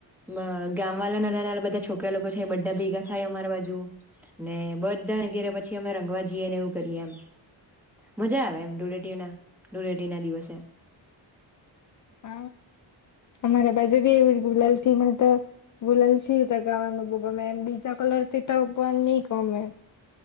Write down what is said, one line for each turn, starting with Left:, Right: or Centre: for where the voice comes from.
Centre: મા ગામવાળા ના નાના બધા છોકરા લોકો છે બા ભેગા થાય અમારા બાજુ ને બધાને ઘેરે પછી અમે રંગવા જઈએને એવું કરીએ એમ. મજા આવે એમ ધૂળેટી ના ધૂળેટી ના દિવસે.
Left: હ અમારા બાજુ બી એવું ગુલાલ થી મ તો ગુલાલ થી ચગાવવાનું. મને બો ગમે એમ બીજા કલર થી તો પણ ની ગમે.